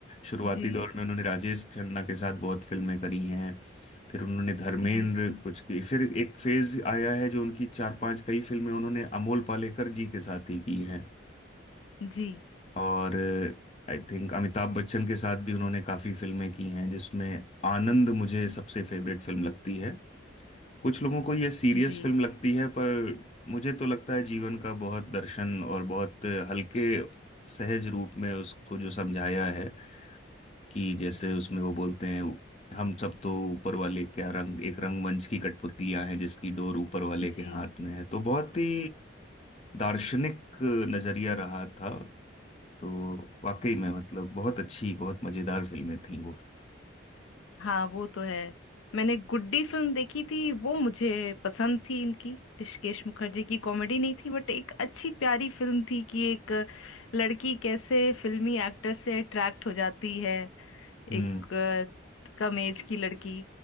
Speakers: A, on the left; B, on the left.
A: शुरुआती
B: जी
A: दौर में उन्होंने राजेश खन्ना के साथ बहुत फिल्में करी हैं फिर उन्होंने धर्मेंद्र
B: जी
A: कुछ की फिर एक फेज आया है जो उनकी चार पांच कई फिल्में उन्होंने अमोल पालेकर जी के साथ ही की हैं
B: जी
A: और आई थिंक अमिताभ बच्चन के साथ भी उन्होंने काफी फिल्में की हैं जिसमें आनंद मुझे सबसे फेवरेट फिल्म लगती है कुछ लोगों को ये सीरियस
B: जी
A: फिल्म लगती है पर मुझे तो लगता है जीवन का बहुत दर्शन और बहुत हल्के सहज रूप में उसको जो समझाया है कि जैसे उसमें वो बोलते हैं हम सब तो ऊपर वाले क्या रंग एक रंगमंच की कठपुतलियां हैं जिसकी डोर ऊपर वाले
B: जी
A: के हाथ में है तो बहुत ही दार्शनिक नजरिया रहा था तो वाकई में मतलब बहुत अच्छी बहुत मजेदार फिल्में थी वो
B: हाँ वो तो है मैंने गुड्डी फिल्म देखी थी वो मुझे पसंद थी इनकी ऋषिकेश मुखर्जी की कॉमेडी नहीं थी बट एक अच्छी प्यारी फिल्म थी कि एक लड़की कैसे फिल्मी एक्टर से अट्रैक्ट हो जाती है
A: हम्म
B: एक अ, कम एज की लड़की